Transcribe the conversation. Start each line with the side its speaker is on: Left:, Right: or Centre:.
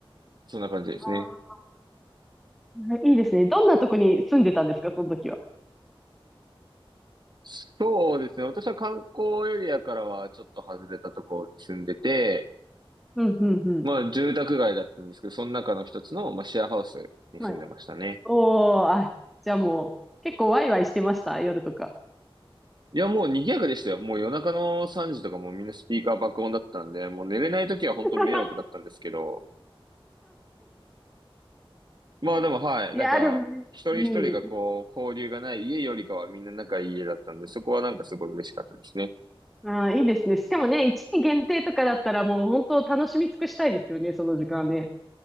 Right: い。そんな感じですね。
Centre: あーはいいいですね。どんなとこに住んでたんですか、その時は。
Right: そうですね。私は観光エリアからはちょっと外れたところに住んでて、
Centre: うん、うん、うん。
Right: まあ、住宅街だったんですけど、その中の一つの、まあ、シェアハウスに住んでましたね。
Centre: はい。おー、あ、じゃあもう、結構ワイワイしてました、夜とか。
Right: いや、もう賑やかでしたよ。もう夜中の3時とかもうみんなスピーカー爆音だったんで、もう寝れない時は本当迷惑だったんですけど、
Centre: <laughs>
Right: まあでもはい、
Centre: いやー、
Right: なんか、
Centre: でもね、
Right: 一人一人がこう、
Centre: うん。
Right: 交流がない家よりかはみんな仲いい家だったんで、そこはなんかすごい嬉しかったですね。
Centre: あー、いいですね。しかもね、一期限定とかだったらもう本当楽しみ尽くしたいですよね、その時間ね。